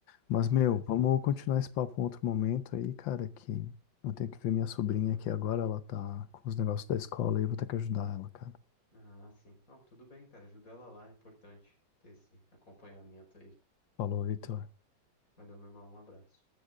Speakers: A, on the left; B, on the left.
A: Mas,
B: com
A: meu,
B: certeza.
A: vamos continuar esse papo em outro momento aí, cara, que eu tenho que ver minha sobrinha aqui agora, ela tá com os negócios da escola e eu vou ter que ajudar ela, cara.
B: Ah, sim. Não, tudo bem, cara. Ajuda ela lá, é importante ter esse acompanhamento aí.
A: Falou, Vitor.
B: Valeu, meu irmão. Um abraço.